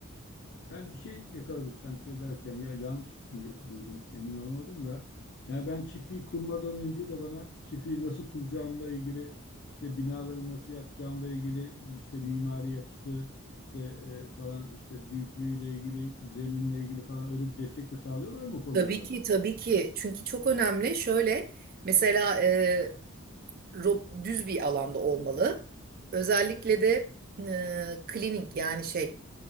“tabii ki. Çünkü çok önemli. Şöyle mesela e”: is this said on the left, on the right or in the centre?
Right